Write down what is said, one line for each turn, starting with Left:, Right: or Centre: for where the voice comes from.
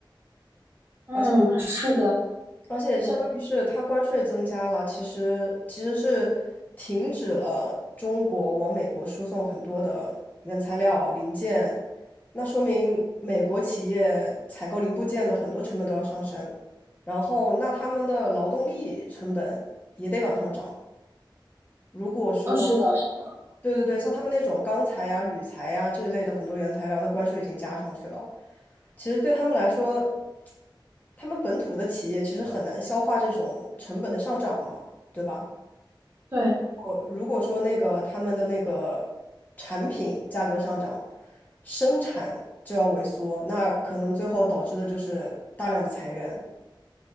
Right: 嗯，
Left: 而且。
Right: 是的，
Left: 而且相当于是它关税增加了，
Right: 对，
Left: 其实其实是停止了中国往美国输送很多的原材料零件，那说明美国企业采购零部件的很多成本都要上升，然后那他们的劳动力成本也得往上涨。如果说，
Right: 嗯，是的，是的，
Left: 对对对，像他们那种钢材呀、铝材呀这一类的很多原材料，那关税已经加上去了，其实对他们来说，他们本土的企业其实很难消化这种成本的上涨嘛，对吧？
Right: 对，
Left: 我如果说那个他们的那个产品价格上涨，生产就要萎缩，那可能最后导致的就是大量的裁员。